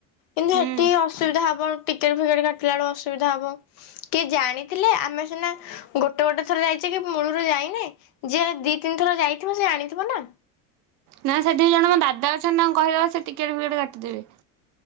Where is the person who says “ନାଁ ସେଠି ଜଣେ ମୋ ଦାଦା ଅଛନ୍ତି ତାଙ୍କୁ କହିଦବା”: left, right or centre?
Right